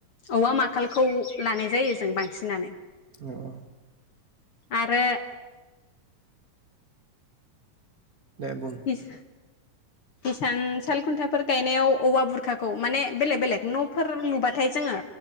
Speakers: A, on the left (about 55°); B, on the right (about 45°).
A: औवा माखालखौ लानाय जायो जों बांसिनानो।
B: अह
A: आरो
B: दे बुं
A: हिस हिसान साल खुन्थाफोर गायनायाव औवा बुरखाखौ माने बेलेक बेलेग न'फोर नुबाथाय जोंङो